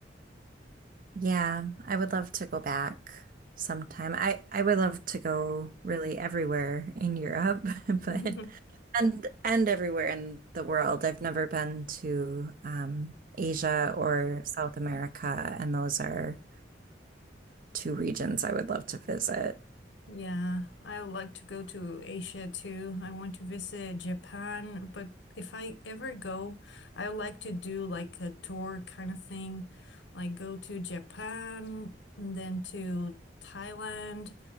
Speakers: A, on the right (about 50°); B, on the left (about 80°).
A: Yeah, I would love to go back sometime. I I would love to go really everywhere in Europe, <laughs> but
B: <laughs>
A: and and everywhere in the world. I've never been to um Asia or South America, and those are two regions I would love to visit.
B: Yeah, I would like to go to Asia too. I want to visit Japan, but if I ever go, I would like to do like a tour kind of thing, like go to Japan, and then to Thailand,